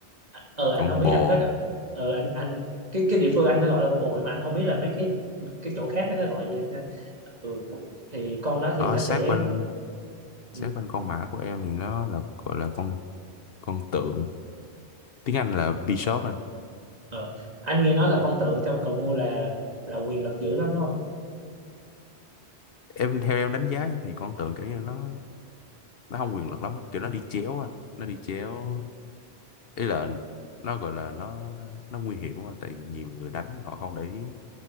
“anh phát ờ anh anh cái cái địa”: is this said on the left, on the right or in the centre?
Right